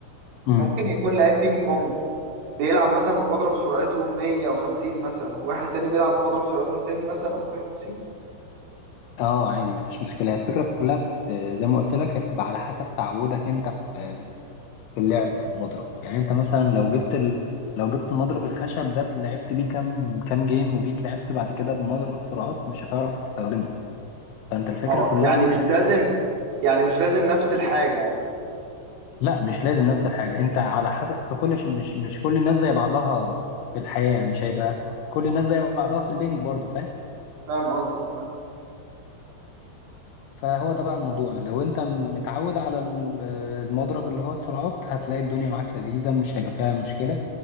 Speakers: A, on the left; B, on the right.
A: مم.
B: ممكن يكون لعيب بينج بونج بيلعب مثلا بمضرب سرعته 150 مثلا وواحد تاني بيلعب بمضرب سرعته 200 مثلا او 250
A: آه، عادي مفيش مشكله هي الفكره كلها بت... زي ما قلت لك هي بتبقى على حسب تعودك انت في في اللعب بالمضرب يعني انت مثلا لو جبت ال... لو جبت المضرب الخشب ده لعبت بيه كام كام جيم وجيت لعبت بعد كده بمضرب سرعات مش هتعرف تستخدمه فانت الفكره
B: اه
A: كلها
B: يعني
A: ان انت
B: مش
A: محتاج
B: لازم يعني مش لازم نفس الحاجة يعني
A: لا مش لازم نفس الحاجة انت على حسب اصل كل ش... مش مش كل الناس زي بعضها في الحياة مش هيبقى كل الناس زي بعضها في البنج برضو فاهم
B: فاهم قصدك فاهم
A: فهو ده بقى الموضوع لو انت متعود على ال- المضرب اللي هو السرعات هتلاقي الدنيا معاك لذيذة مش هيبقى فيها مشكلة